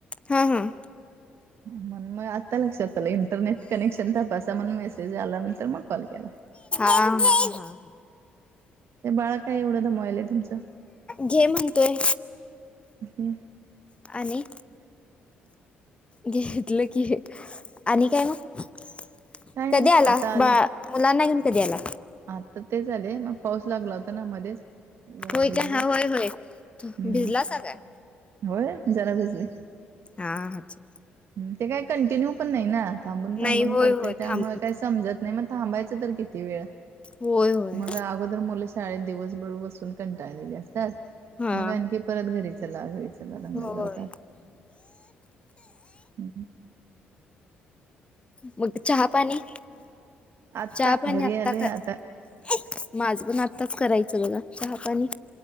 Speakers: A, on the left; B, on the right.
A: हम हम.
B: म मग आत्ता लक्षात आलं इंटरनेट कनेक्शन तपासा म्हण मेसेज आल्या नंतर मग कॉल केला.
A: हा
B: ते बाळ काय एवढं दमायलय तुमचं
A: घे म्हणतोय
B: े
A: आणि घेतलं की, आणि कधी
B: काय नाही
A: आला
B: आता आले
A: बा मुलांना घेऊन कधी आला,
B: आता ते झाले मग पाऊस लागला होता ना मध्येच, जरा
A: होय
B: भिजले
A: का हा होय होय
B: हम्म
A: भिजला स काय
B: होय जरा भिजली.
A: हा अच्छा
B: हम्म ते काही कंटिन्यू पण नाही ना थांबून थांबून
A: नाही होय
B: पडतंय
A: होय
B: त्यामुळे
A: थांबून
B: काही समजत नाही मग थांबायचं तर किती वेळ
A: होय होय
B: मग अगोदर मुलं शाळेत दिवसभर बसून कंटाळलेली असतात,
A: हा
B: मग आणखी परत घरी चला, घरी चला दंगा
A: होय.
B: करतात. हम्
A: मग चहा पाणी?
B: आत्ता
A: चहा पाणी
B: घरी
A: आत्ता
B: आलोय
A: करण
B: आता
A: माझं पण आत्ताच कराय चं बघा चहा पाणी